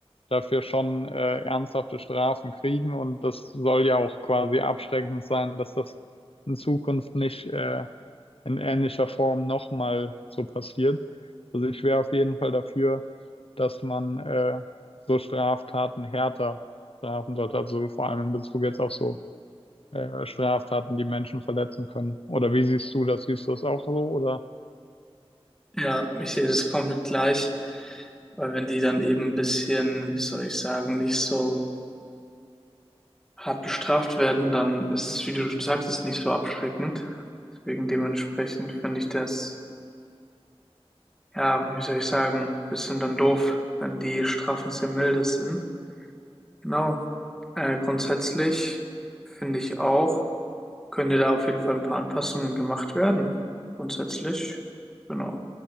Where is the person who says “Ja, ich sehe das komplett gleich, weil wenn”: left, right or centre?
Centre